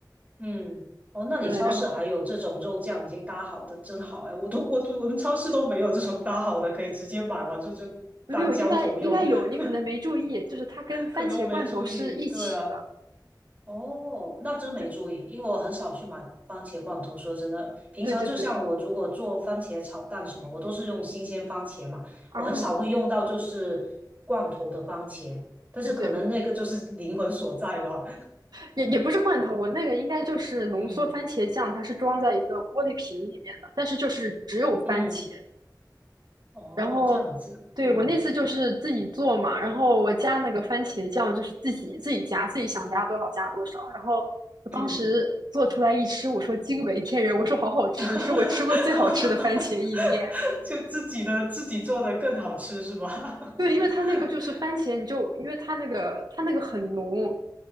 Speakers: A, on the right; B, on the right.
A: 嗯，哦，那你超市还有这种肉酱已经搭好的，
B: 嗯，呃然
A: 真好哎！我都我我们超市都没有这种搭好的，可以直接买完之后就当浇头用。
B: 没有，应该应该有，
A: <laughs>
B: 你可能没注意，就是它跟番茄罐头是一起的。
A: 可能我没注意，对啊，哦，那真没注意，
B: 对
A: 因为我很少去买番茄罐头。说真的，平常就像我如果做番茄炒蛋什么，
B: 对对对，
A: 我都是用新鲜番茄嘛，
B: 啊，
A: 我很少会用到就是罐头的番茄，但是可能那个就是灵魂所在吧。
B: 对对，也也不是罐头，我那个应该就是浓缩番茄酱，
A: <laughs> 嗯，
B: 它是装在一个玻璃瓶里面的，但是就是只有番茄。
A: 嗯。哦，
B: 然后，
A: 这样子，
B: 对，
A: 嗯
B: 我那次就是自己做嘛，然后我加那个番茄酱就是自己自己加，自己想加多少加多少。然后我当时做出来一吃，
A: 嗯，
B: 我说惊为天人，我说好好吃，
A: <laughs>
B: 是我吃过最好吃的番茄意面。
A: 就自己的自己做的更好吃是吧？
B: 对，因为它那个就是番茄，
A: <laughs>
B: 你就因为它那个它那个很浓，